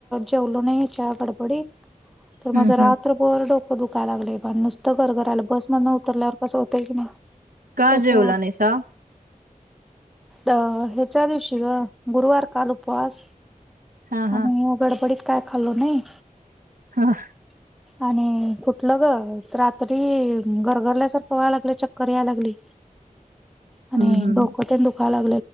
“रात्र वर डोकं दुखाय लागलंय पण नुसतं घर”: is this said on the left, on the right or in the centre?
Centre